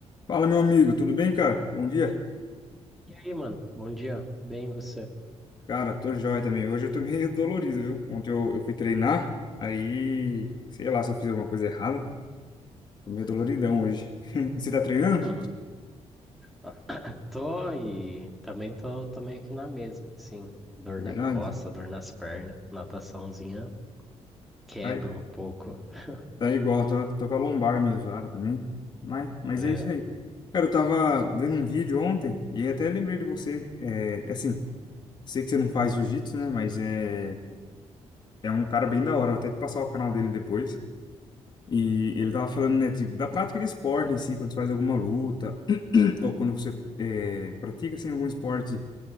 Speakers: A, on the left; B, in the centre.
A: Fala, meu amigo, tudo bem, cara? Bom dia.
B: E aí, mano? Bom dia. Bem, e você?
A: Cara, tô jóia também. Hoje eu tô meio <laughs> dolorido, viu? Ontem eu, eu fui treinar, aí, sei lá se eu fiz alguma coisa errada. Tô meio doloridão hoje. <laughs> E Você tá treinando?
B: Uhum. <coughs> Tô e também tô, tô meio que na mesma, assim. Dor
A: Verdade.
B: na costa, dor nas pernas, nataçãozinha quebra
A: Tá,
B: um pouco. <laughs>
A: tá igual, tô, tô com a lombar meio zoada também. Mas, mas
B: É.
A: é isso aí. Cara, eu tava vendo um vídeo ontem e até lembrei de você. É, é assim, sei que você não faz jiu-jitsu, né? Mas é, é um cara bem da hora. Vou até te passar o canal dele depois. E ele tava falando, né, tipo, da prática de esporte em si, quando você faz alguma luta, <clears throat> ou quando você é, pratica, assim, algum esporte,